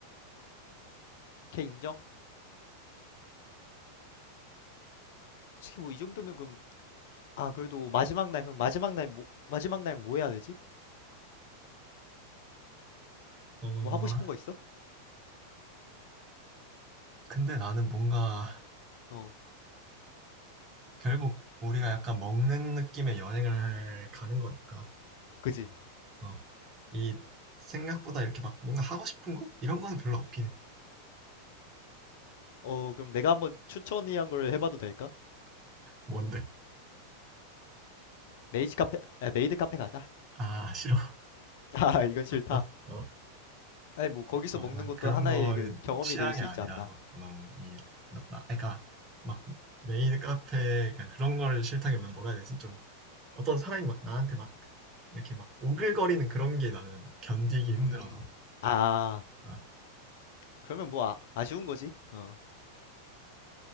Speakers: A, on the left; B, on the right.
A: 걔 인정? 솔직히 뭐 이 정도면 그럼 아 그래도 마지막 날 그럼 마지막 날 뭐, 마지막 날 뭐 해야 되지?
B: 어
A: 뭐 하고 싶은 거 있어?
B: 근데 나는 뭔가
A: 어,
B: 결국 우리가 약간 먹는 느낌의 여행을 가는 거니까.
A: 그지?
B: 어, 이 생각보다 이렇게 막 뭔가 하고 싶은 거? 이런 거는 별로 없긴 해.
A: 어, 그럼 내가 한번 추천이한 걸 해봐도 될까?
B: 뭔데?
A: 메이지 카페, 아, 메이드 카페 가자.
B: 아, 싫어.
A: <laughs> 아, 이건
B: <laughs>
A: 싫다.
B: 어, 어.
A: 아니 뭐 거기서
B: 어,
A: 먹는
B: 난
A: 것도
B: 그런
A: 하나의
B: 거
A: 그 경험이
B: 취향이
A: 될 수
B: 아니라서
A: 있지 않나.
B: 너무 이, 나, 나, 그러니까 막 메인 카페 그러니까 그런 거를 싫다기보다는 뭐라 해야 되지? 좀 어떤 사람이 막 나한테 막 이렇게 막 오글거리는 그런 게 나는 견디기
A: 음,
B: 힘들어서.
A: 아,
B: 아,
A: 그러면 뭐 아, 아쉬운 거지. 어.